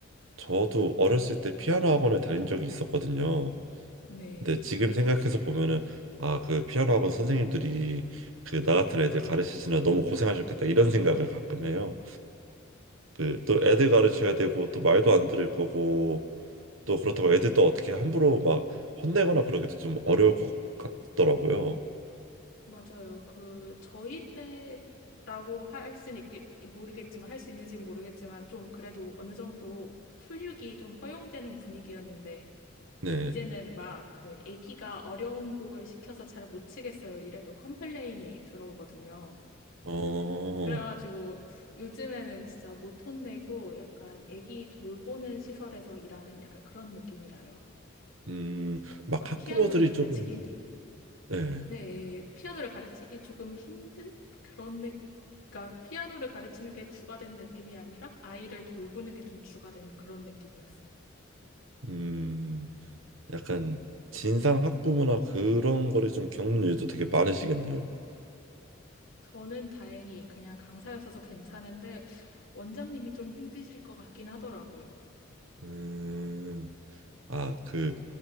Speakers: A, on the right (about 75°); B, on the left (about 85°).
A: 저도 어렸을 때 피아노 학원을 다닌 적이 있었거든요.
B: 네.
A: 근데 지금 생각해서 보면은, 아, 그 피아노 학원 선생님들이 그 나 같은 애들 가르치시느라 너무 고생하셨겠다, 이런 생각을 가끔 해요. 그 또 애들 가르쳐야 되고 또 말도 안 들을 거고 또 그렇다고 애들 또 어떻게 함부로 막 혼내거나 그러기도 좀 어려울 것 같더라고요.
B: 맞아요. 그 저희 때라고 할 수는 있겠 모르겠지만 할 수 있는지는 모르겠지만 좀 그래도 어느 정도 훈육이 좀 허용되는 분위기였는데
A: 네.
B: 이제는 막 그 애기가 어려운 곡을 시켜서 잘 못 치겠어요. 이래도 컴플레인이 들어오거든요.
A: 어,
B: 그래가지고 요즘에는 진짜 못 혼내고 약간 애기 돌보는 시설에서 일하는 약간 그런 느낌이 나요.
A: 음, 막
B: 막
A: 학부모들이
B: 피아노를 가르치기,
A: 조금,
B: 힘-
A: 네,
B: 네, 피아노를 가르치기 조금 힘든 그런 느, 그러니까 피아노를 가르치는 게 주가 된 느낌이 아니라 아이를 돌보는 게 좀 주가 된 그런 느낌이었어요.
A: 음, 약간 진상 학부모나 그런 거를 좀 겪는 일도 되게 많으시겠네요.
B: 저는 다행히 그냥 강사였어서 괜찮은데 원장님이 좀 힘드실 것 같긴 하더라고요.
A: 음, 아, 그